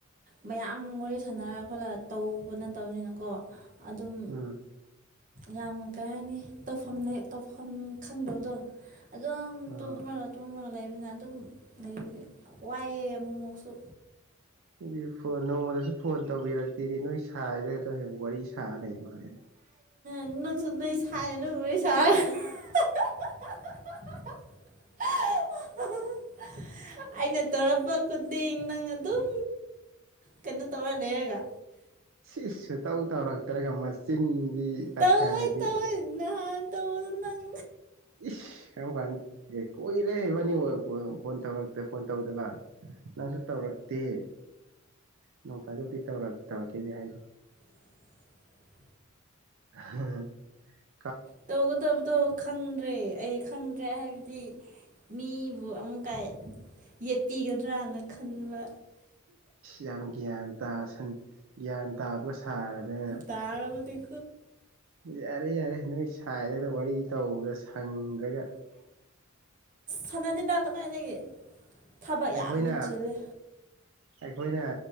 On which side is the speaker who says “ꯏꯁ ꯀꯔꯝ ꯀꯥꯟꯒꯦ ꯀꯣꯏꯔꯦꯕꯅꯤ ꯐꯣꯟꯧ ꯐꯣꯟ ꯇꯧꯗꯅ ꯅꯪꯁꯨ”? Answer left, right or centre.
Right